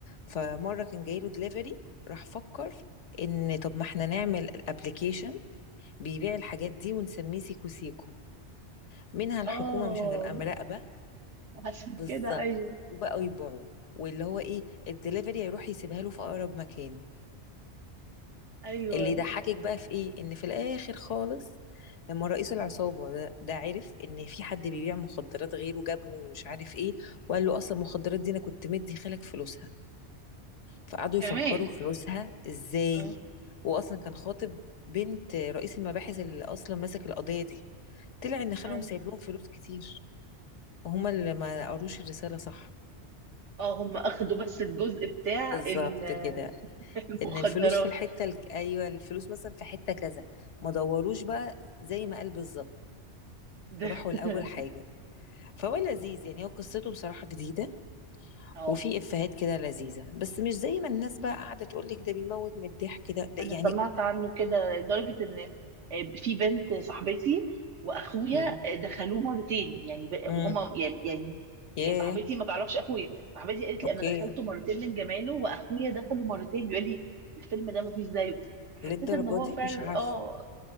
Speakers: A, on the left; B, on the right.
A: فمره كان جايله دليفري راح فكر ان طب ما احنا نعمل ابلكيشن بيبيع الحاجات دي ونسميه سيكو سيكو منها الحكومه
B: اه
A: مش هتبقى مراقبه
B: عشان
A: بالظبط
B: كده أيوه
A: وبقوا يبيعوه واللي هو ايه الدليفري هيروح يسيبها له في اقرب مكان
B: أيوه
A: اللي يضحكك بقى في ايه ان في الاخر خالص لما رئيس العصابة ده, ده عرف ان في حد بيبيع مخدرات غيره جابهم ومش عارف ايه وقال له اصلا المخدرات دي انا كنت مدي خالك فلوسها فقعدوا
B: كمان
A: يفكروا فلوسها ازاي
B: اه
A: واصلا كان خاطب بنت رئيس المباحث اللي اصلا ماسك القضية دي طلع ان خالهم
B: أيوه
A: سايب لهم فلوس كتير وهما اللي ما قروش الرسالة صح
B: اه هم أخدوا بس الجزء بتاع
A: بالظبط
B: ال-
A: كده
B: <laughs> المخدرات
A: ان الفلوس في الحتة الك... ايوه الفلوس مثلا في حتة كذا ما دوروش بقى زي ما قال بالظبط
B: ده
A: راحوا
B: <laughs>
A: لأول حاجة فهو لذيذ يعني هو قصته بصراحة جديدة
B: اه
A: وفي إفيهات كده لذيذة بس مش زي ما الناس بقى قاعدة تقولك ده بيموت من الضحك ده ده
B: انا
A: يعني
B: سمعت عنه كده لدرجه ان آه، في بنت صاحبتي واخويا
A: امم
B: آه، دخلوه مرتين يعني ب-
A: امم
B: وهما يعني يعني
A: ياه
B: آه، صاحبتي ما تعرفش اخويا صاحبتي قالت لي
A: اوكي
B: انا دخلته مرتين من جماله واخويا دخله مرتين بيقول لي الفيلم ده ما فيش زيه حسيت
A: للدرجة
B: ان هو
A: دي
B: فعلا
A: مش عارفة
B: اه